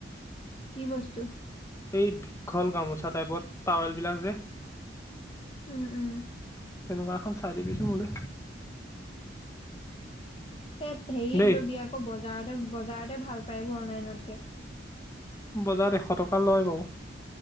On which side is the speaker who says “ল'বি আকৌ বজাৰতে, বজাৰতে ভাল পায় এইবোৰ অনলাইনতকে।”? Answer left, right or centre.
Left